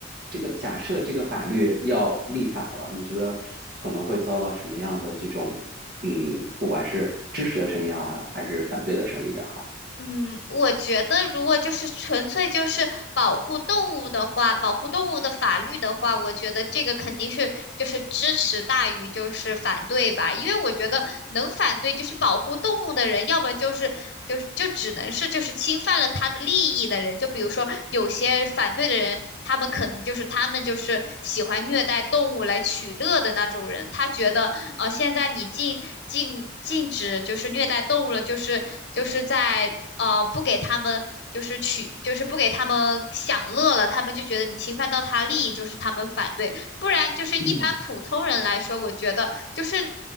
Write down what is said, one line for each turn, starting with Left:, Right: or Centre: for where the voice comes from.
Right: 这个假设这个法律要立法了，你觉得可能会遭到什么样的这种嗯，不管是支持的声音也好，还是反对的声音也好，
Left: 嗯，我觉得如果就是纯粹就是保护动物的话，保护动物的法律的话，我觉得这个肯定是就是支持大于就是反对吧，因为我觉得能反对就是保护动物的人，要么就是就是就只能是就是侵犯了他的利益的人，就比如说有些反对的人，他们可能就是他们就是喜欢虐待动物来取乐的那种人，他觉得呃，现在你禁禁禁止就是虐待动物了，就是就是在呃不给他们就是取就是不给他们享乐了，他们就觉得你侵犯到他利益，就是他们反对。不然就是一般普通人来说，
Right: 嗯
Left: 我觉得就是